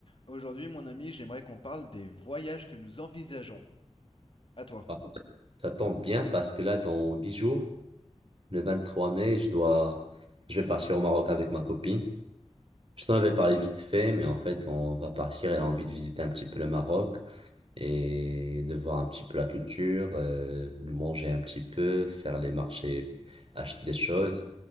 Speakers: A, on the left; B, on the right.
A: Aujourd'hui, mon ami, j'aimerais qu'on parle des voyages que nous envisageons. À toi.
B: Ah, Ça tombe bien parce que là, dans 10 jours, le 23 mai, je dois, je vais partir au Maroc avec ma copine. Je t'en avais parlé vite fait, mais en fait, on va partir. Elle a envie de visiter un petit peu le Maroc et de voir un petit peu la culture, euh, de manger un petit peu, faire les marchés, acheter des choses.